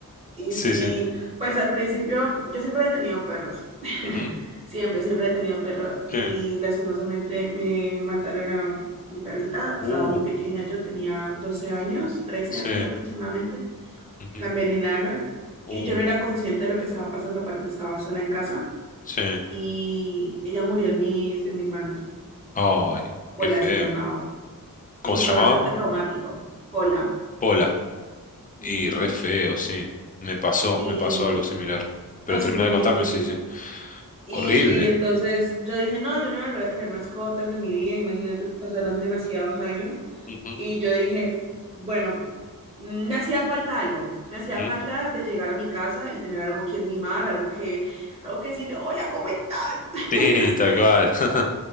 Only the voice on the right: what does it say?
Y
sí,
pues al principio yo siempre he tenido perros. <laughs>
Siempre, siempre he tenido perros. Y
lastimosamente me mataron a mi perrita.
Estaba muy pequeña, yo tenía 12 años, trece
años aproximadamente.
La envenenaron
y yo no era consciente de lo que estaba pasando. Aparte, estaba sola en casa
y ella murió en mis, en mis manos.
Pola
se llamaba.
Sí,
fue
bastante traumático. Pola.
Ujú.
Y
eso
es muy
difícil.
Y
entonces yo dije, no, yo no voy a volver a tener mascotas en mi vida, imagínate, pasaron demasiados años.
Y yo dije, bueno, mm, me hacía falta algo, me hacía
falta de llegar a mi casa y tener algo que mimar, algo que, algo que decirle, hola, ¿cómo estás? <laughs>